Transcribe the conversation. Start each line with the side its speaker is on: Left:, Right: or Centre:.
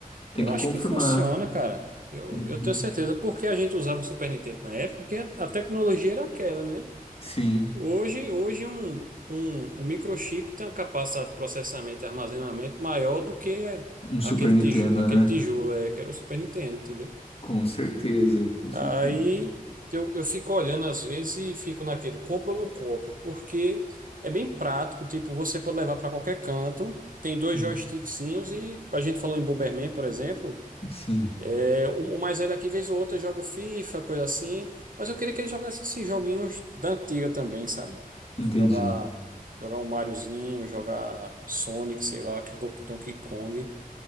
Left: Tem
Right: Eu
Left: que
Right: acho
Left: confirmar.
Right: que funciona, cara. Eu,
Left: Uhum.
Right: eu tenho certeza, porque a gente usava o Super Nintendo na época, que a tecnologia era aquela, né?
Left: Sim,
Right: Hoje, hoje um, um, um microchip tem uma capacidade de processamento e armazenamento maior do que
Left: um Super
Right: aquele,
Left: Nintendo,
Right: tiju, aquele
Left: né?
Right: tijolo é, que era o Super Nintendo, entendeu?
Left: Com certeza, com certeza.
Right: Aí eu, eu fico olhando às vezes e fico naquele, compro ou não compro, porque é bem prático, tipo, você pode levar para qualquer canto, tem dois
Left: Hum.
Right: joystickzinhos e a gente falou em Bomberman, por exemplo.
Left: Sim,
Right: É, O o mais velho aqui, vez ou outra, joga FIFA, coisa assim. Mas eu queria que ele jogasse esses joguinhos da antiga também, sabe?
Left: entendi.
Right: Jogar, jogar um Mariozinho, jogar Sonic, sei lá, Don- Donkey Kong,